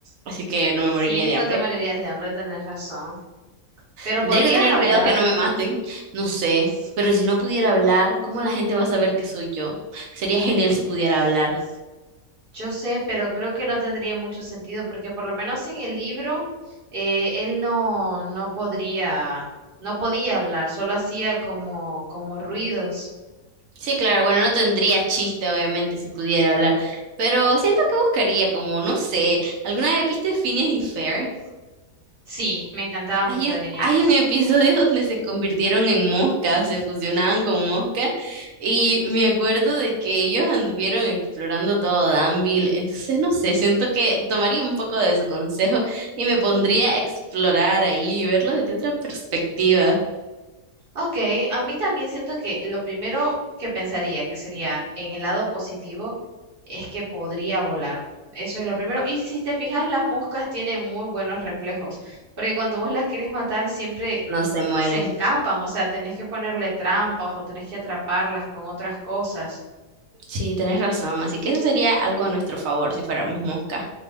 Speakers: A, on the right (about 70°); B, on the right (about 40°).
A: así que no me moriría
B: Sí,
A: de
B: no
A: hambre.
B: te morirías de hambre, tenés razón. Pero
A: Tendría
B: podrías
A: que tener
B: hablar,
A: cuidado que no me maten, no sé, pero si no pudiera hablar, ¿cómo la gente va a saber que soy yo? Sería genial si pudiera hablar.
B: yo sé, pero creo que no tendría mucho sentido porque por lo menos en el libro eh, él no, no podría, no podía hablar, solo hacía como, como ruidos.
A: Sí, claro, bueno, no tendría chiste, obviamente, si pudiera hablar, pero siento que buscaría como, no sé, ¿alguna vez viste Phineas y Fer?
B: Sí, me encantaba mucho
A: Hay
B: de
A: un,
B: niña.
A: hay un episodio <laughs> donde se convirtieron en moscas, se fusionaban con moscas, y me acuerdo de que ellos anduvieron explorando todo Danville, entonces no sé, siento que tomaría un poco de su consejo y me pondría a explorar ahí y verlo desde otra perspectiva.
B: Ok, a mí también siento que lo primero que pensaría que sería en el lado positivo es que podría volar. Eso es lo primero. Y si te fijas, las moscas tienen muy buenos reflejos, porque cuando vos las querés matar siempre
A: No se mueren.
B: se escapan, o sea, tenés que ponerle trampas o tenés que atraparlas con otras cosas.
A: Sí, tenés razón, así que eso sería algo a nuestro favor si fuéramos moscas.